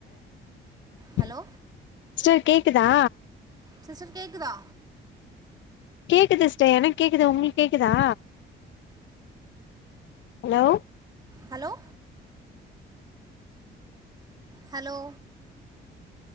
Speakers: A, on the left; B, on the right.
A: <inaudible>
B: ஹலோ
A: சிஸ்டர் கேக்குதா
B: சிஸ்டர் கேக்குதா
A: கேக்குது சிஸ்டர் எனக்கு கேக்குது உங்ளுக்கு கேக்குதா ஹலோ
B: ஹலோ ஹலோ